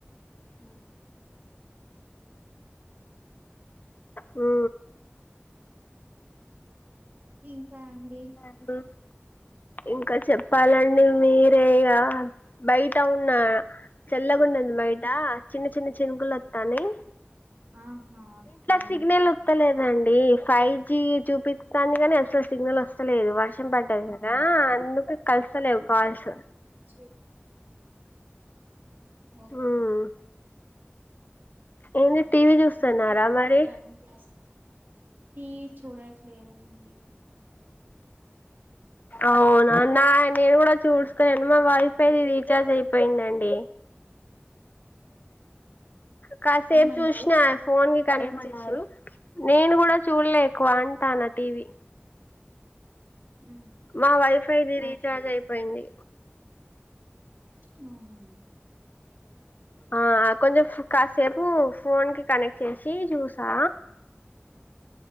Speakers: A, on the left; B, on the right.
A: ఉ ఉ
B: ఇంకా అండి
A: ఉ ఇంకా చెప్పాలండి మీరే ఇగ బయట ఉన్న చల్లగాన్నది బయట చిన్న చిన్న చినుకులు అత్తన్నై
B: ఆహా
A: సిగ్నల్ వస్తలేదండి ఫైవ్ జి చూపిస్తోంది కాని అసలు సిగ్నల్ వస్తలేదు వర్షం
B: ఆ
A: పడ్డది కదా అందుకే కలుస్తలేవు కాల్సు
B: చె ఓకే
A: ఉమ్ ఏంది టీవీ చూస్తున్నారా
B: ఇంకా చెప్పండి
A: మరి
B: టివీ చూడట్లేదండి
A: అవునా నా నేను కూడా చూస్తా లేను మా వైఫైది రీచార్జ్ అయిపోయిందండి కాసేపు
B: ఏమన్నారు
A: చూసిన ఫోన్ కి కనెక్ట్ చేసిర్రు నేను కూడా చూడలే ఎక్కువ అంటాను టీవీ
B: ఉ
A: మా వైఫైది రీఛార్జ్ అయిపోయింది
B: అవునా
A: ఆ కొంచెం కాసేపు ఫోన్ కి కనెక్ట్ చేసీ జూసా